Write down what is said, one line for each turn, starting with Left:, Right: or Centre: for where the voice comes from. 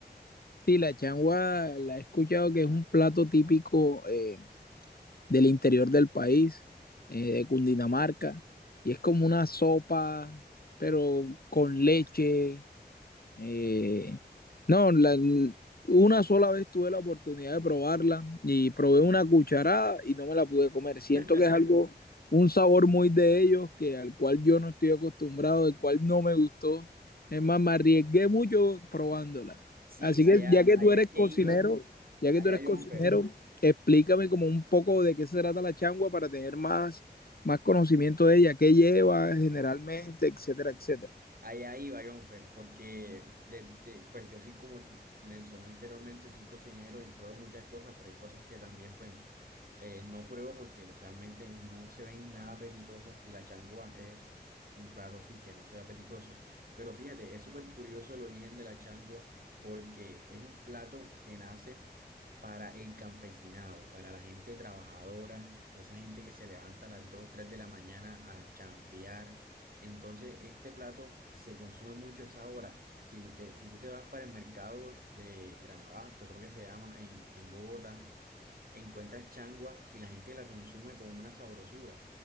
Left: Sí, la changua la he escuchado que es un plato típico eh, del interior del país, eh, de Cundinamarca, y es como una sopa, pero con leche, Eh, no, la- una sola vez tuve la oportunidad de probarla y probé una cucharada y no me la pude comer. Siento
Right: <laughs>
Left: que es algo, un sabor muy de ellos, que al cual yo no estoy acostumbrado, el cual no me gustó. Es más, me arriesgué mucho probándola.
Right: Sí,
Left: Así
Right: allá,
Left: que ya que
Right: allá
Left: tú eres
Right: es que
Left: cocinero,
Right: iba,
Left: ya
Right: allá
Left: que tú eres
Right: Jonfer.
Left: cocinero, explícame como un poco de qué se trata la changua para tener más, más conocimiento de ella, qué lleva generalmente, etcétera, etcétera.
Right: Allá iba, Jonfer, porque desde, pues yo sí, como tú mencioné anteriormente, soy cocinero y pruebo muchas cosas, pero hay cosas que también, pues, eh, no pruebo porque realmente no se ven nada apetitosas y la changua es un plato así que no sea apetitoso. Pero fíjate, es súper curioso el origen de la changua porque es un plato que nace para el campesinado, para la gente trabajadora, esa gente que se levanta a las 2 3 de la mañana a chambear entonces, este plato se consume mucho a esa hora. Si usted, si tú te vas para el mercado de Granabasto, creo que se llama, en, en Bogotá, encuentras changua y la gente la consume con una sabrosura.